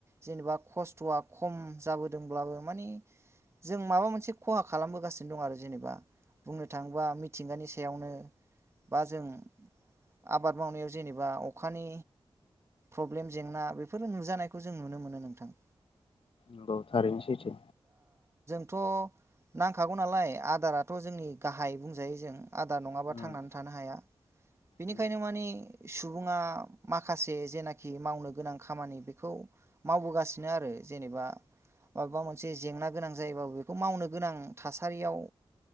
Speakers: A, on the right; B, on the left.
A: जेनेबा खस्थ'आ खम जाबो ब्लाबो माने जों माबा मोनसे खहा खालामबोगासिनो दं आरो जेनेबा बुंनो थाङोबा मिथिंगानि सायावनो बा जों आबाद आबाद मावनायाव जेनेबा अखानि प्रब्लेम जेंना बेफोर नुजानायखौ जों नुनो मोनो नोंथां।
B: नंगौ थारैनो सैथो।
A: थ' नांखागौ नालाय आदाराथ' जोंनि गाहाय बुंजायो जों आदार नङाबा
B: उम
A: थांनानै थानो हाया। बिनिखायनो
B: उम
A: माने सुबुङा माखासे जेनाखि मावनो गोनां खामानि बेखौ मावबोगासिनो। आरो जेनेबा माबेबा मोनसे जेंना गोनां जायोबाबो बेखौ मावनो गोनां थासारियाव